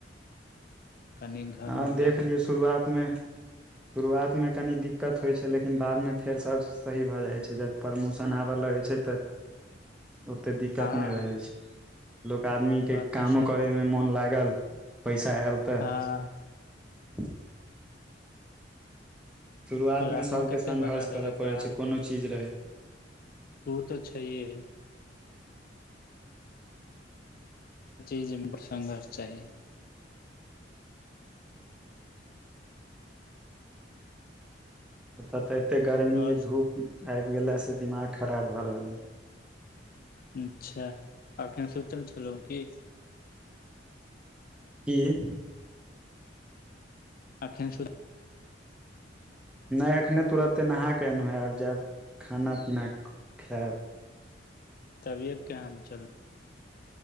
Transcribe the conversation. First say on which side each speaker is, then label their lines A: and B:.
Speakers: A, on the left; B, in the centre.
A: कनि घरमे
B: हँ देख
A: दऽ
B: लियौ
A: देबै
B: शुरुआतमे शुरुआतमे कनी दिक्कत होइ छै लेकिन बादमे फेर सब सही भऽ जाइ छै जब प्रमोशन आबऽ लगै छै तऽ
A: <inaudible>
B: ओते दिक्कत
A: हँ
B: नहि रहै छै लोक आदमी के
A: बात तऽ
B: कामो
A: सही
B: करे मोन लागल पैसा आल त
A: आँ
B: हू <unintelligible> शुरुआतमे
A: राजन
B: सभके
A: कते
B: संघर्ष
A: बना तेलक
B: करय पड़ै
A: आहाँ
B: छै कोनो
A: के
B: चीज रहै
A: उ तऽ छैेइ जी जी इम्पसन् चाही
B: एतऽ तऽ एतेक गर्मी
A: आओर
B: धूप आबि गेलासँ दिमाग खराब भऽ रहल अछि।
A: अच्छा अखन सोतल छलौ की?
B: की
A: आखन सुध
B: नहि, अखने तुरते नहा के एलहुँ हे, आब जायब खाना पीना खायब।
A: तबियत केहन छै?